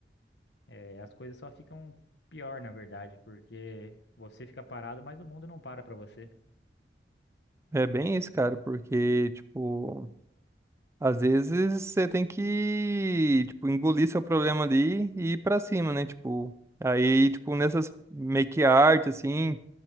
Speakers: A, on the left; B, on the right.
A: É, as coisas só ficam pior, na verdade, porque você fica parado, mas o mundo não para pra você.
B: É bem isso, cara, porque tipo, às vezes você tem que, tipo, engolir seu problema ali e ir pra cima, né? Tipo, aí, tipo, nessas make art assim,